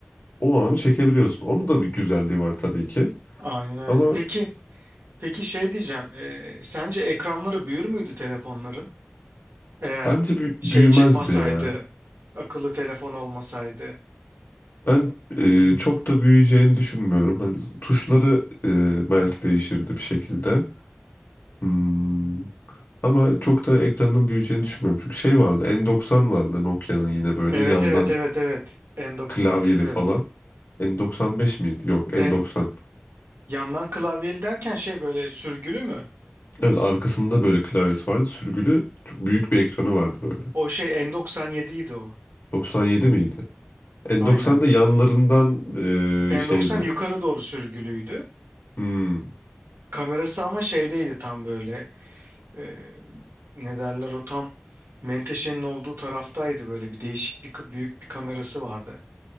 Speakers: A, on the left; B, on the right.
A: o anı çekebiliyorsun. Onun da bir güzelliği var tabii ki.
B: Aynen öyle.
A: Ama
B: Peki, peki şey diyeceğim. e, sence ekranları büyür müydü telefonların? Eğer
A: bence bü-
B: şey
A: büyümezdi
B: çıkmasaydı,
A: ya.
B: akıllı telefon olmasaydı.
A: Ben e, çok da büyüyeceğini düşünmüyorum. Hani z- tuşları e, belki değişirdi bir şekilde. Hmm, Ama çok da ekranın büyüyeceğini düşünmüyorum. Çünkü şey vardı, N90 vardı Nokia'nın yine böyle
B: Evet
A: yandan
B: evet evet evet. Endox'unu
A: klavyeli
B: hatırlıyorum.
A: falan. N95 miydi? Yok, N90.
B: En Yandan klavyeli derken şey böyle sürgülü mü?
A: Evet, arkasında böyle klavyesi vardı. Sürgülü çok büyük bir ekranı vardı böyle.
B: O şey N97 idi o.
A: 97 miydi? N90'da
B: Aynen.
A: yanlarından
B: N90
A: e, şeyli
B: yukarı doğru sürgülüydü.
A: hmm,
B: Kamerası ama şeydeydi tam böyle. e, ne derler o tam menteşenin olduğu taraftaydı böyle bir değişik bir ka- büyük bir kamerası vardı.